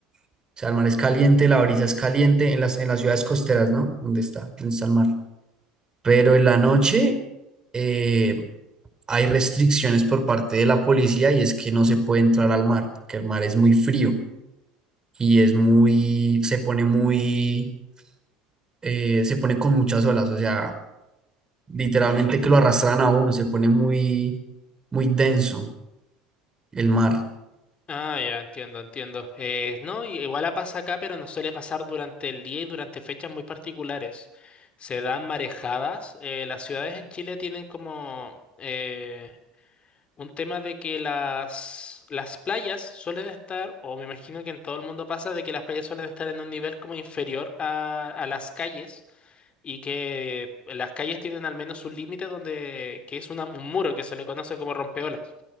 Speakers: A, on the right; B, on the left.
A: o sea, el mar es caliente, la brisa es caliente en las, en las ciudades costeras, ¿no? ¿Dónde está? ¿Dónde está el mar? Pero en la noche eh, hay restricciones por parte de la policía y es que no se puede entrar al mar, porque el mar es muy frío y es muy, se pone muy, eh, se pone con muchas olas, o sea, literalmente que lo arrastran a uno, se pone muy, muy denso el mar.
B: Ah, ya, entiendo, entiendo. Eh, no, i- igual la pasa acá, pero no suele pasar durante el día y durante fechas muy particulares. Se dan marejadas. eh, las ciudades en Chile tienen como... eh, un tema de que las, las playas suelen estar, o me imagino que en todo el mundo pasa, de que las playas suelen estar en un nivel como inferior a, a las calles y que las calles tienen al menos un límite donde, que es una- un muro que se le conoce como rompeolas.